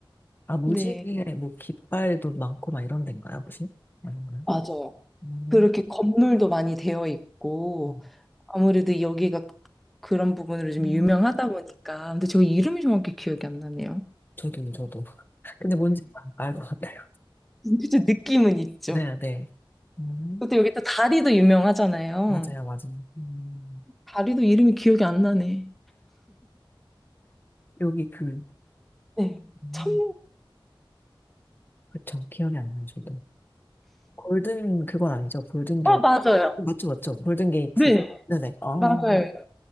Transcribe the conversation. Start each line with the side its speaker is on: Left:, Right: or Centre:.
Left: 아, 무지개,
Centre: 네.
Left: 뭐, 깃발도 많고, 막 이런 데인가요, 혹시? 아닌가요?
Centre: 맞아요.
Left: 음,
Centre: 그렇게 건물도 많이 되어 있고,
Left: 음.
Centre: 아무래도 여기가 그런 부분으로 좀
Left: 음.
Centre: 유명하다 보니까. 근데 저 이름이 정확히 기억이 안 나네요.
Left: 저도, 저도. <laughs> 근데 뭔지 알 것 같아요.
Centre: 그짜 느낌은 있죠.
Left: 네, 네. 음,
Centre: 근데 여기 또 다리도 유명하잖아요.
Left: 맞아요, 맞아요. 음,
Centre: 다리도 이름이 기억이 안 나네.
Left: 여기 그,
Centre: 네.
Left: 음,
Centre: 참,
Left: 그쵸. 기억이 안 나요, 저도. 골든, 그건 아니죠. 골든 게이트.
Centre: 어, 맞아요.
Left: 맞죠, 맞죠. 골든 게이트.
Centre: 네.
Left: 네네. 아,
Centre: 맞아요.